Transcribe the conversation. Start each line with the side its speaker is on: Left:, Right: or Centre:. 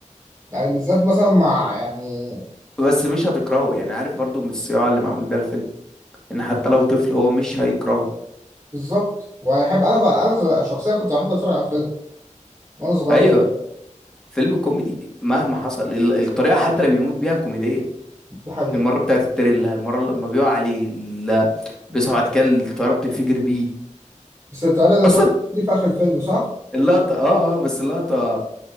Right: يعني بالذات مثلا مع يعني
Centre: بس مش هتكرهه يعني عارف برضو من الصياعه اللي معمول بيها الفيلم ان حتى لو طفل هو مش هيكرهه
Right: بالظبط وهيحب انا بقى انا شخصيا كنت بحب اتفرج على الفيلم وانا صغير
Centre: ايوه فيلم كوميدي مهما حصل ال- الطريقة حتى اللي بيموت بيها كوميدية
Right: ده حقيقي
Centre: المرة بتاعت التريلا المرة لما بيقع عليه ال- بيصحى بعد كده الطيارة بتنفجر بيه
Right: بس تعالى نتفرج
Centre: أصلا
Right: دي في آخر الفيلم صح؟
Centre: اللقطة اه اه بس اللقطة